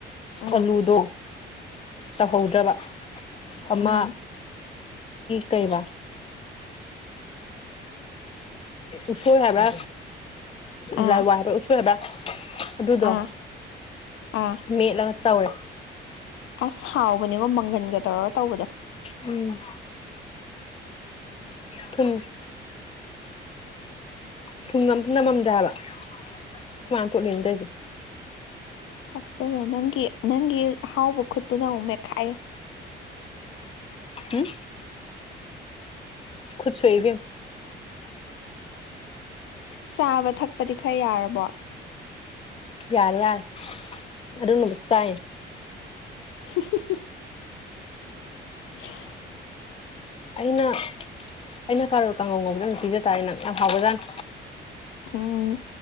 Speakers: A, on the left; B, on the left.
A: ꯎꯝ
B: ꯑꯂꯨꯗꯣ ꯇꯧꯍꯧꯗ꯭ꯔꯕ ꯑꯃ
A: ꯎꯝ
B: ꯍ ꯀꯩꯕ ꯎꯁꯣꯏ ꯍꯥꯏꯕ
A: ꯑꯥ
B: ꯂꯥꯏ ꯋꯥ ꯍꯕꯔ ꯎꯁꯣꯏ ꯍꯥꯏꯕꯔꯥ ꯑꯗꯨꯗꯣ
A: ꯑꯥ ꯑꯥ
B: ꯃꯦꯠꯂꯒ ꯇꯧꯔꯦ
A: ꯑꯁ ꯍꯥꯎꯕꯅꯦꯉꯣ ꯃꯪꯒꯟꯒ ꯇꯧꯔꯒ ꯇꯧꯕꯗꯣ
B: ꯎꯝ ꯊꯨꯝ ꯊꯨꯝ ꯉꯝ ꯑꯝ ꯅꯝꯃꯝꯗꯦꯕ ꯑꯩꯈꯣꯌ ꯃꯅꯥ ꯇꯣꯂꯤꯁꯦ
A: ꯑꯁꯥ ꯅꯪꯒꯤ ꯅꯪꯒꯤ ꯍꯥꯎꯕ ꯈꯨꯠꯇꯨꯅ ꯑꯃꯨꯛ ꯃꯦꯠꯈꯥꯏꯌꯣ
B: ꯎꯝ ꯇꯨꯀꯆꯩ ꯏꯕꯦꯝꯃꯥ
A: ꯆꯥꯕ ꯊꯛꯄꯗꯤ ꯈꯔ ꯌꯥꯔꯕꯣ
B: ꯌꯥꯔ ꯌꯥꯔ ꯑꯗꯨꯅꯕꯨ ꯆꯔꯤꯅꯦ
A: <unintelligible> <unintelligible>
B: ꯑꯩꯅ ꯑꯩꯅ ꯀꯥꯔꯣꯔ ꯀꯥꯡꯒꯧꯒꯨꯝꯕꯗ ꯑꯗꯨ ꯄꯤꯖ ꯇꯥꯔꯦ ꯅꯪ ꯌꯥꯝ ꯍꯥꯎꯕꯖꯥꯠ
A: ꯎꯝ